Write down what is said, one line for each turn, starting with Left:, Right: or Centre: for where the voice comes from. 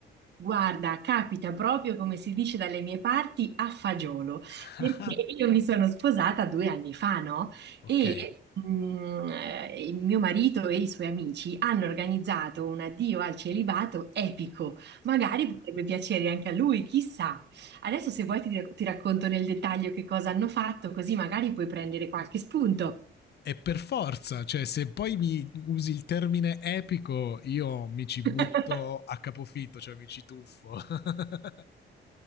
Right: Guarda, capita proprio come si dice dalle mie parti a fagiolo,
Left: <laughs>
Right: perché io mi sono sposata due anni fa, no?
Left: ok,
Right: E mm, eh, il mio marito e i suoi amici hanno organizzato un addio al celibato epico. Magari potrebbe piacere anche a lui, chissà. Adesso se vuoi ti ti racconto nel dettaglio che cosa hanno fatto, così magari puoi prendere qualche spunto.
Left: E per forza, cioè se poi mi usi il termine epico, io mi ci
Right: <laughs>
Left: butto a capofitto, cioè mi ci tuffo. <laughs>